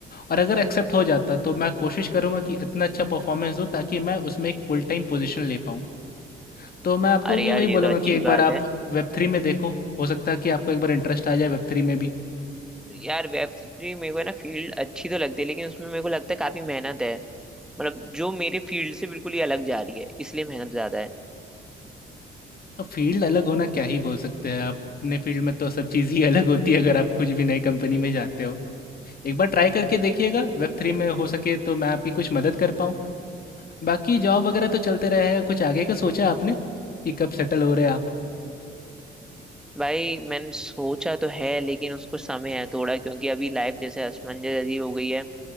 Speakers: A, on the left (about 50°); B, in the centre.
A: और अगर एक्सेप्ट हो जाता तो मैं कोशिश करूँगा कि इतना अच्छा परफॉर्मेंस दूँ ताकि मैं उसमें एक फुल टाइम पोजीशन ले पाऊँ। तो मैं आपको
B: अरे
A: भी
B: यार
A: वही
B: ये
A: बोलूँगा
B: तो अच्छी
A: कि एक बार
B: बात
A: आप
B: है
A: वेब 3 में देखो, हो सकता है कि आपको एक बार इंटरेस्ट आ जाए वेब 3 में भी।
B: यार वेब थ्री मेरे को है ना फील्ड अच्छी तो लगती है लेकिन उसमें मेरे को लगता है काफी मेहनत है मतलब जो मेरे फील्ड से बिल्कुल ही अलग जा रही है इसलिए मेहनत ज्यादा है
A: और फील्ड अलग होना क्या ही बोल सकते हैं आप, अपने फील्ड में तो सब चीज़ ही <laughs> अलग होती है अगर आप कुछ भी नई कंपनी
B: हम्म।
A: में जाते हो। एक बार ट्राई करके देखिएगा, वेब 3 में हो सके तो मैं आपकी कुछ मदद कर पाऊँ। बाकी जॉब वगैरह तो चलते रहेगा, कुछ आगे का सोचा आपने? कि कब सेटल हो रहे हैं आप?
B: भाई मैंने सोचा तो है लेकिन उसको समय है थोड़ा क्योंकि अभी लाइफ जैसे असमंजस जैसी हो गई है